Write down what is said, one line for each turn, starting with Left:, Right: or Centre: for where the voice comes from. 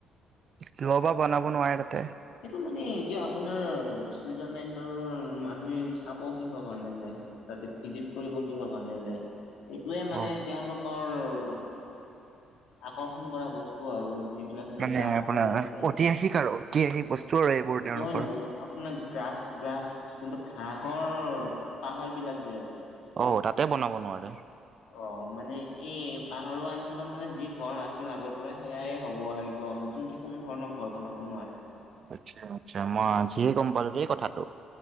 Right: কিব বা বনাব নোৱাৰে তাতে।
Left: এইটো মানে, এতিয়া আপোনাৰ চুইজাৰলেণ্ডৰ মানুহে, চাব কিহৰ কাৰণে যায়। তাতে ভিজিট কৰিব কিহৰ কাৰণে যায়, এইটোয়ে মানে
Right: অ'
Left: তেওঁলোক ৰ, আকৰ্ষণ কৰা বস্তু আৰু, যিবিলাক ানক
Right: মানে
Left: গ্ৰাছলাৰ
Right: আপোনাৰ
Left: আছে।
Right: <unintelligible> এইবোৰ তেওঁলোকৰ।
Left: নহয় নহয়, আপ নাৰ গ্ৰাছ গ্ৰাছ, যোনটো ঘাঁহৰ পাহাৰ বিলাক যে আছে।
Right: অ', তাতে বনাব নোৱাৰে।
Left: অ', মানে এই পাহাৰুৱা অঞ্চলত মানে যি ঘৰ আছিল আগৰ পৰা, সেয়াই হ'ব লাগিব, নতুনকে কোনো ধৰণৰ ঘৰ বনাব নোৱাৰে।
Right: আচ্ছা আচ্ছা, মই আজিহে গম পালো দেই কথাটো।